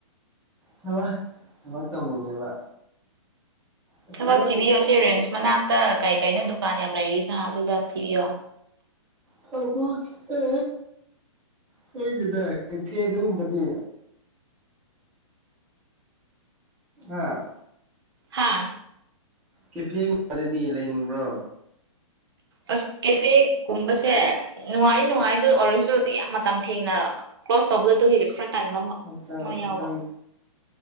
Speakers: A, in the centre; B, on the right.
A: ꯊꯕꯛ ꯊꯕꯛ ꯇꯧꯅꯤꯡꯉꯦꯕ꯫ ꯑꯁ
B: ꯊꯕꯛ
A: ꯅꯣꯏ
B: ꯇꯤꯕꯤꯑꯣ ꯑꯁꯤ ꯔꯤꯝꯁ ꯃꯅꯥꯛ ꯇ ꯀꯩ ꯀꯩꯅꯣ ꯗꯨꯀꯥꯟ ꯌꯥꯝ ꯂꯩꯔꯤꯅ ꯑꯗꯨꯗ ꯊꯤꯕꯤꯌꯣ꯫
A: ꯊꯕꯛ ꯁꯦ ꯈꯪꯗꯦꯅꯦ ꯀꯦꯐꯦꯗꯒꯨꯝꯕꯗꯤ ꯑꯥ
B: ꯍꯥꯥ꯫
A: ꯀꯦꯐꯦꯒꯨꯝꯕꯗꯗꯤ ꯂꯩꯅꯤꯡꯕ꯭ꯔꯣ꯫
B: ꯑꯁ ꯀꯦꯐꯦꯒꯨꯝꯕꯁꯦ ꯅꯨꯡꯉꯥꯏ ꯅꯨꯡꯉꯥꯏꯗꯣꯏ ꯑꯣꯏꯔꯖꯨ ꯌꯥꯝ ꯃꯇꯝ ꯊꯦꯡꯅ ꯀ꯭ꯂꯣꯖ ꯇꯧꯕꯗꯣ ꯑꯗꯨꯒꯤꯗꯤ ꯈꯔ
A: <unintelligible>
B: ꯇꯟꯕ
A: ꯃꯇꯝ
B: ꯑꯃ ꯌꯥꯎꯕ